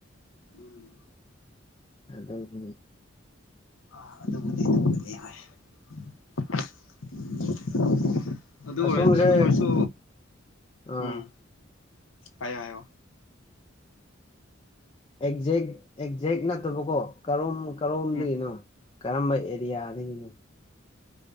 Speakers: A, on the left; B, on the left.
A: ꯎꯝ
B: ꯑꯗꯨꯒꯤ
A: ꯑ ꯑꯗꯨꯕꯨꯗꯤ ꯑꯗꯨꯕꯨꯗꯤ ꯍꯣꯏ <unintelligible> ꯑꯗꯨ ꯑꯣꯏꯔ
B: ꯑꯁꯣꯝꯁꯦ
A: ꯑꯗꯨ ꯑꯣꯏꯔꯁꯨ
B: ꯑꯥ
A: ꯎꯝ ꯍꯥꯏꯌꯣ ꯍꯥꯏꯌꯣ
B: ꯑꯦꯛꯖꯦꯛ ꯑꯦꯛꯖꯦꯛ ꯅꯠꯇꯕꯀꯣ ꯀꯔꯣꯝ ꯀꯔꯣꯝꯗꯒꯤꯅꯣ
A: ꯎꯝ
B: ꯀꯔꯝꯕ ꯑꯦꯔꯤꯌꯥꯗꯒꯤꯅꯣ